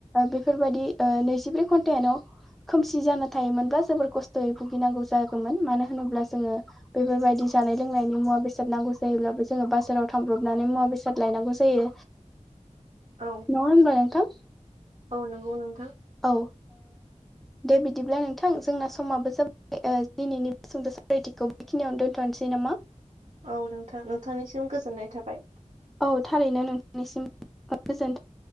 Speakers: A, in the centre; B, on the right.
A: बेफोरबायदि नैजिब्रै घन्टानो खोमसि जाना थायोमोनबा जोबोर खस्थ'यै भुगिनांगौ जागौमोन मानो होनोब्ला जोङो बेफोरबायदि जानाय लोंनायनि मुवा बेसाद नांगौ जायोब्लाबो जोङो बाजाराव थांब्रबनानै मुवा बेसाद लायनांगौ जायो
B: औ
A: नङा होनबा नोंथां
B: औ नंगौ नोंथां
A: औ दे बिदिब्ला नोंथां जोंना समाबो जाबाय दिनैनिबो सुंद' सरायथिखौ बेखिनियावनो दोनथ'नोसै नामा
B: औ नोंथां नोंथांनिसिम गोजोननाय थाबाय
A: औ थारैनो नोंथांनिसिम गोजोनथों